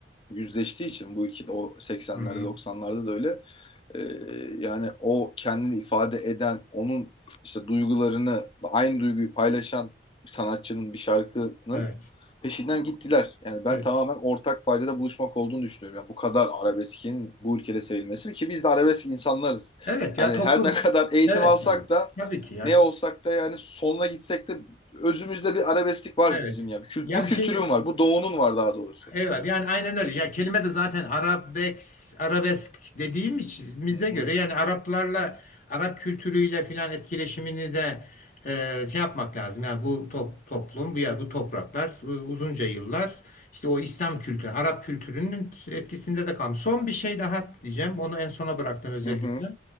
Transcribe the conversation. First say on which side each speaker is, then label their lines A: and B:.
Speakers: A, on the left (about 30°); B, on the left (about 50°).
A: yüzleştiği için bu ülkede o seksenlerde
B: Hı-hı.
A: doksanlarda da öyle Ee, yani o kendini ifade eden onun işte duygularını aynı duyguyu paylaşan bir sanatçının bir şarkının
B: Evet.
A: peşinden gittiler. Yani ben
B: Evet.
A: tamamen ortak paydada buluşmak olduğunu düşünüyorum. Yani bu kadar arabeskin bu ülkede sevilmesi ki biz de arabesk insanlarız.
B: Evet
A: Hani
B: ya toplum.
A: her ne kadar eğitim
B: Evet.
A: alsak
B: Evet.
A: da
B: Tabii ki ya.
A: ne olsak da yani sonuna gitsek de özümüzde bir arabesklik var
B: Evet.
A: bizim yani. Kült,
B: Yani
A: bu kültürün
B: şey
A: var. Bu doğunun var daha doğrusu.
B: Evet yani aynen öyle. Ya kelime de zaten Arabex, arabesk dediğimize
A: Hı
B: göre
A: hı.
B: yani Araplarla Arap kültürüyle filan etkileşimini de e, şey yapmak lazım. Yani bu top, toplum, bu ya bu topraklar e, uzunca yıllar işte o İslam kültürü, Arap kültürünün etkisinde de kalmış. Son bir şey daha diyeceğim. Onu en sona bıraktım özellikle.
A: Hı hı.